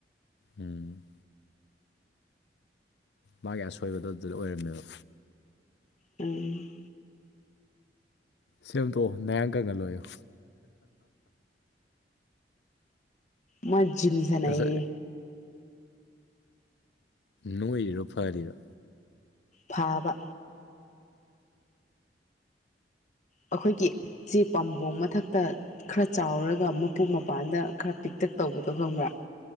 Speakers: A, on the left; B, on the left.
A: ꯎꯝ ꯃꯥꯒꯤ ꯑꯁꯣꯏꯕꯗꯣ ꯑꯗꯨꯗ ꯑꯣꯏꯔꯝꯃꯦꯕ
B: ꯎꯝ
A: ꯁꯦꯝꯗꯣꯛꯑꯣ ꯅꯌꯥꯡ ꯀꯪꯍꯜꯂ‌ꯣ ꯍꯥꯏꯌꯣ
B: ꯃꯥ ꯖꯤꯝ ꯁꯥꯟꯅꯩꯌꯦ
A: ꯅꯁꯛ ꯅꯣꯏꯔꯤꯔꯣ ꯐꯔꯤꯔꯣ
B: ꯐꯥꯕ ꯑꯩꯈꯣꯏꯒꯤ ꯁꯤ ꯄꯥꯝꯕꯣꯝ ꯃꯊꯛꯇ ꯈꯔ ꯆꯥꯎꯔꯒ ꯑꯃꯨꯛꯀ ꯃꯄꯥꯟꯗ ꯈꯔ ꯄꯤꯛꯇꯛ ꯇꯧꯕꯗꯣ ꯈꯪꯕ꯭ꯔꯥ